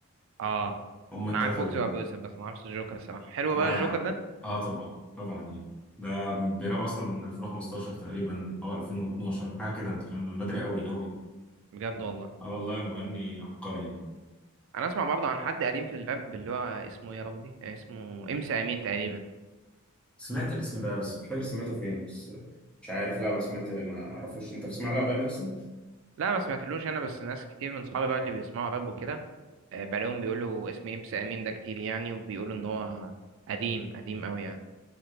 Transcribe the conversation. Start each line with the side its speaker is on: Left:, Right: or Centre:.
Right: اه
Centre: هما التلاته
Right: انا عارف ويجز
Centre: دول
Right: وابو يوسف بس ما اعرفش الجوكر الصراحه حلو
Centre: لا
Right: بقى الجوكر
Centre: يعني
Right: ده
Centre: اه طبعا طبعا يعني ده بيراب اصلا من 2015 تقريبا او 2012 حاجه كده انت فاهم من بدري قوي قوي
Right: بجد والله
Centre: اه والله مغني عبقري يعني
Right: انا اسمع برضه عن حد قديم في الراب اللي هو اسمه إيه يا ربي آه، اسمه امس امين تقريبا
Centre: سمعت الاسم ده بس مش فاكر سمعته فين بس مش عارف لا ما سمعت ما اعرفوش انت بتسمع له اغاني اصلا
Right: لا ما سمعتلوش انا بس ناس كتير من صحابي بقى اللي بيسمعوا راب وكده آه، بلاقيهم بيقولوا اسم إمس أمين ده كتير يعني وبيقولوا إن هو قديم قديم أوي يعني